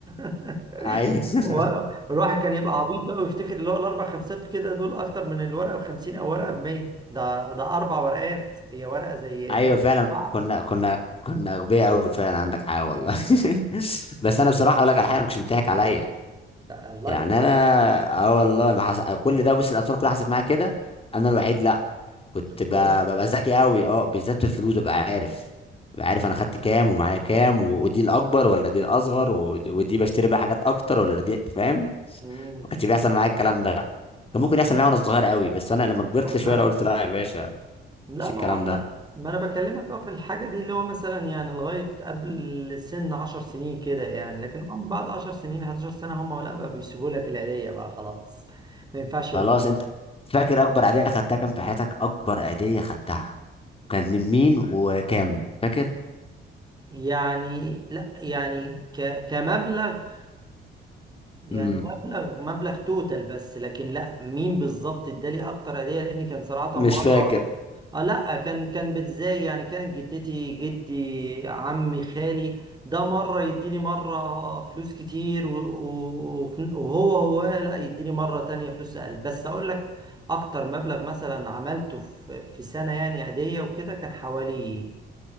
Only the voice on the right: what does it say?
<laughs>
و- والواحد كان يبقى عبيط بقى ويفتكر اللي هو الاربع خمسات كده دول اكتر من الورقه ب 50 او ورقه ب 100 ده ده اربع ورقات هي ورقه زي
<laughs> زي
اربعه
الله
يطول
طب
كويس
مم.
طب
كويس.
أما-
لا
ما هو احنا
ما انا بكلمك اه في الحاجه دي اللي هو مثلا يعني لغايه قبل سن 10 سنين كده يعني لكن أم بعد 10 سنين 11 سنه هم لا بقى بيسيبوا لك العيديه بقى خلاص ما ينفعش ياخدوها
يعني لا يعني ك... كمبلغ يعني
مبلغ مبلغ توتال بس لكن لا مين بالظبط ادالي اكتر هديه لاني كان صراحه
مره
اه لا كان كان بتزاي يعني كانت جدتي جدي عمي خالي ده مره يديني مره فلوس كتير و- و- وف- وهو هو لا يديني مره تانية فلوس اقل بس اقول لك اكتر مبلغ مثلا عملته في في سنه يعني عاديه وكده كان حوالي